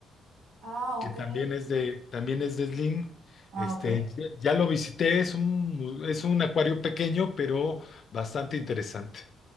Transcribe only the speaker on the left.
que
también es de, también es de Slim.
Este,
ya ya lo visité, es un, mu- es un acuario pequeño, pero bastante interesante.